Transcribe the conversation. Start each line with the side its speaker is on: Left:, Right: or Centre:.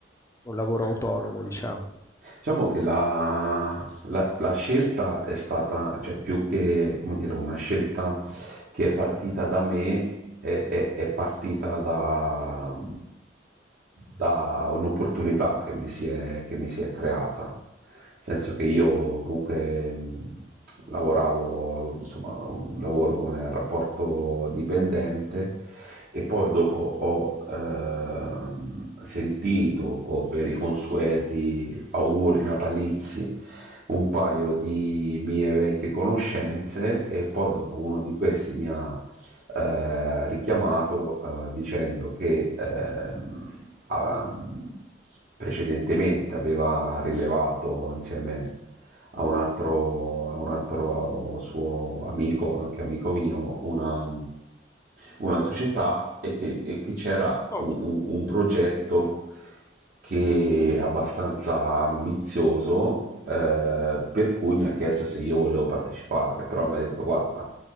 Left: un lavoro autonomo, diciamo?
Right: Diciamo che la, la- la scelta è stata, cioè più che, come dire, una scelta che è partita da me, è, è- è partita da, da un'opportunità che mi si è, che mi si è creata. Nel senso che io comunque mh, lavoravo, avevo, insomma, un lavoro come rapporto dipendente e poi dopo ho ehm, sentito co- per i consueti auguri natalizi un paio di mie vecchie conoscenze e poi dopo uno di questi mi ha eh, richiamato eh, dicendo che ehm, ah, precedentemente aveva rilevato insieme a un altro, a un altro suo amico, anche amico mio, una, una società e che, e che c'era
Left: Oh,
Right: un, un progetto che è abbastanza ambizioso eh, per cui mi ha chiesto se io volevo partecipare, però mi ha detto guarda,